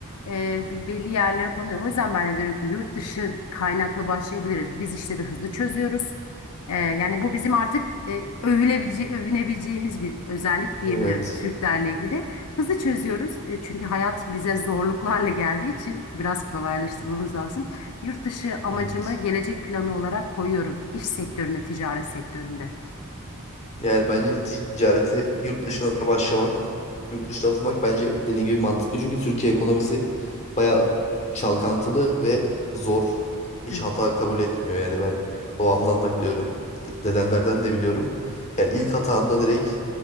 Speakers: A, on the left (about 85°); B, on the left (about 30°).
A: e, bil- belli yerlere konuyor. O yüzden ben de diyorum ki yurt dışı kaynaklı başlayabiliriz. Biz işleri hızlı çözüyoruz. E, yani bu bizim artık e, övülebilece- övünebileceğimiz bir özellik diyebiliriz
B: Evet.
A: Türklerle ilgili. Hızlı çözüyoruz. E, çünkü hayat bize zorluklarla geldiği için biraz kolaylaştırmamız lazım. Yurt dışı amacımı
B: Evet.
A: gelecek planı olarak koyuyorum. İş sektöründe, ticaret sektöründe.
B: Yani bence de ticareti yurt dışına başlamak, yurt dışına atılmak bence dediğin gibi mantıklı. Çünkü Türkiye ekonomisi bayağı çalkantılı ve zor. Hiç
A: Evet,
B: hata kabul etmiyor. Yani ben babamdan da biliyorum, d- dedemlerden de biliyorum. Yani ilk hatanda direkt